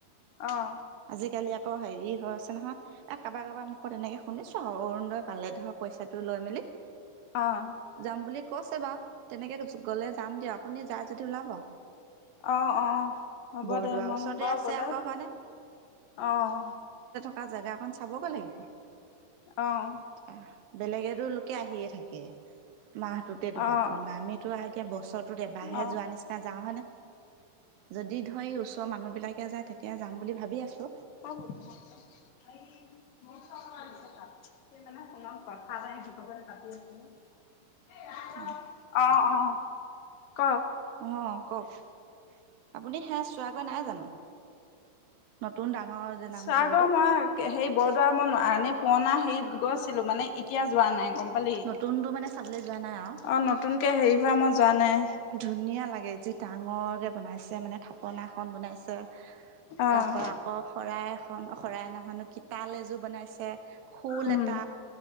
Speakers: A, on the left (about 85°); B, on the right (about 70°).
A: অঁ।
B: আজিকালি আকৌ হেৰি হৈ আছে নহয় কাৰবাৰ-কাৰবাৰ মুখত এনেকে শুনিছো আৰু অৰুণোদয় পালে ধৰ পইচাটো লৈ মেলি
A: অঁ।
B: যাম বুলি কৈছে বাও। তেনেকে কৈছোঁ গ'লে যাম দিয়ক। আপুনি যায় যদি ওলাব।
A: অ'- অ' হ'ব
B: বৰদোৱাৰ
A: দে, মানুহ
B: ওচৰতে
A: বাও
B: আছে
A: গ'লে
B: আকৌ হয়নে
A: অ'।
B: কা জেগা অকন চাবগৈ লাগিব।
A: অঁ।
B: এতিয়া বেলেগেতো লোকে আহিয়ে থাক কে, মাহটোতে দুবাৰ
A: অ অ
B: তিনিবাৰ, আমিতো আও এতিয়া বছৰটোত এবাৰহে
A: অ
B: যোৱা নিচিনা যাওঁ হয় নে। যদি ধৰ ওচৰৰ মানুহ বিলাকে যায় তেতিয়া যাম বুলি ভাবি আছো।
A: <unintelligible>
B: অ
A: অঁ-অঁ। ক।
B: অঁ কওক, আপুনি সেয়া চোৱাগৈ নাই জানো নতুন ডাঙৰ যে নামঘৰটো
A: চুৱাগৈ নাই, হেৰি বৰদোৱা <unintelligible> পুৰনা হেৰিত গৈছিলো মানে এতিয়া যোৱা নাই গম পালি
B: নতুনটো মানে চাবলৈ যোৱা নাই আৰু
A: অ নতুনকে হেৰি হোৱা মই যোৱা নাই
B: ধুনীয়া লাগে যি ডাঙৰকে বনাইছে মানে থাপনা এখন বনাইছে
A: অ
B: তাৰ পৰা আকৌ শৰাই এখ খন শৰাই নহয় ন কি তাল এযোৰ বনাইছে খোল
A: উম
B: এটা